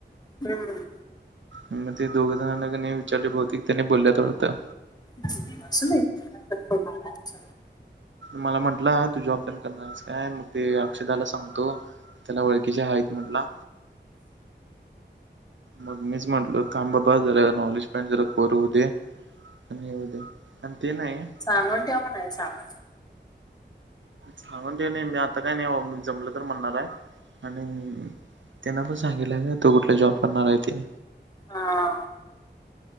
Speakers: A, on the left; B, on the right.
A: हम्म.
B: मग ते दोघ जणांना का नाही विचारले त्यांनी बोलल्यात होतं.
A: असुुदे, असुदे <unintelligible>
B: मला म्हंटला तू जॉब पण करणार आहेस काय मग ते अक्षदाला सांगतो त्याला ओळखीच्या हायेत म्हंटला. मग मीच म्हटलो थांबाबा जरा नॉलेजमेंट जरा करूंदे. होऊदे पण ते नाही
A: सांगून ठेव म्हना सांगून
B: झाऊदे नाही मी आता काय नाही, जमलं तर म्हणणार आहे. आणि त्यांना पण सांगितलं का तु कुठला जॉब करणार आहे ते?
A: हा.